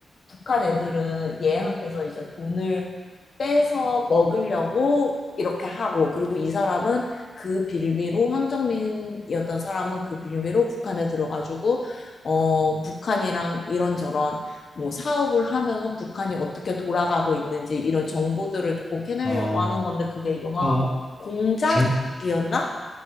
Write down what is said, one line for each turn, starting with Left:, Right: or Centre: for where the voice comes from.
Left: 북한 애들은 얘한테서 이제 돈을 빼서 먹으려고 이렇게 하고, 그리고 이 사람은 그 빌미로, 황정민이었던 사람은 그 빌미로 북한에 들어가지고, 어, 북한이랑 이런저런 뭐 사업을 하면서 북한이 어떻게 돌아가고 있는지 이런 정보들을 조금 캐내려고
Right: 아,
Left: 하는 건데, 그게 영화
Right: 그거,
Left: 공작이었나?
Right: 제,